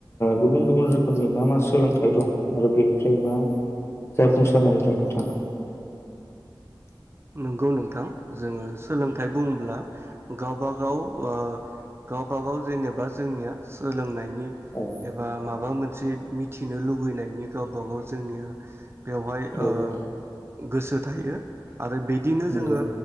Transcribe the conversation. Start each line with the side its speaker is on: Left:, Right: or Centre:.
Left: गुबुन गुबुन रोखोमनि मा मा सोलोंथाइ आरो दं आरो बेनिफ्राय मा? जाफुंसारनाय <unintelligible> <unintelligible>
Right: नंगौ नोंथां जोङो सोलोंथाइ बुङोब्ला गावबागाव ओ गाव <unintelligible> जेनेबा जोंनिया सोलोंनायनि
Left: औ
Right: एबा माबा मोन मोनसे मिथिनो लुबैनायनि गावब गाव जोंनिया बेवहाय
Left: औ
Right: ओ गोसो थायो । आरो बिदिनो
Left: नंगौ
Right: जोङो